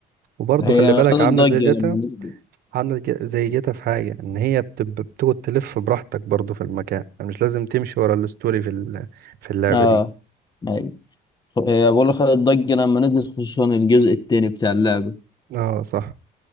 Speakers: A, on the right; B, on the left.
A: وبرضه
B: هي
A: خلي بالك
B: خدت
A: عاملة
B: ضجة
A: زي جاتا
B: لما نزلت
A: عاملة ج- زي جيتا في حاجة إن هي بتب- بتقعد تلف براحتك برضو في المكان مش لازم تمشي ورا الستوري في ال- في اللعبة
B: اه
A: دي
B: هي هي بقول لك خدت ضجة لما نزلت خصوصا الجزء التاني بتاع اللعبة
A: اه صح